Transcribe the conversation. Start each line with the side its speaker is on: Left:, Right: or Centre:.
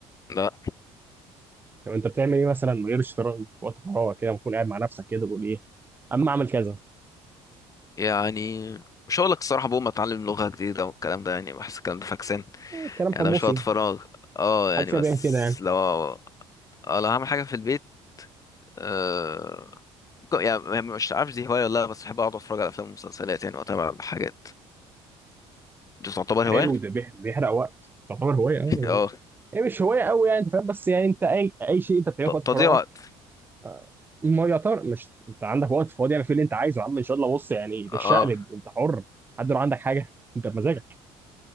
Left: لا
Right: طب انت بتعمل ايه مثلا من غير الشطرنج وقت فراغك كده بتكون قاعد مع نفسك كده تقول ايه اما اعمل كذا
Left: يعني مش هقولك الصراحة بقوم اتعلم لغة جديدة والكلام ده يعني بحس الكلام ده فاكسان
Right: إيه، كلام
Left: يعني
Right: حمصي
Left: ده مش وقت فراغ اه يعني
Right: محدش
Left: بس
Right: بيعمل كده يعني
Left: لو اه لو هعمل حاجة في البيت آه، ك- يعني م- مش عارف دي هواية ولا لا بس بحب أقعد أتفرج على أفلام ومسلسلات يعني وأتابع الحاجات دي تعتبر
Right: حلو
Left: هواية؟
Right: ده بيح- بيحرق وقت تعتبر هوايه اه يعني
Left: <laughs> اه
Right: هي مش هوايه قوي يعني انت فاهم بس يعني انت اي اي شيء انت بتعمله
Left: ت-
Right: في وقت
Left: تضييع
Right: فراغك
Left: وقت
Right: آه، ما يعتبر مش انت عندك وقت فاضي يعني في اللي انت عايزه يا عم ان شاء الله بص يعني تتشقلب
Left: اه
Right: انت حر حد لو عندك حاجه انت بمزاجك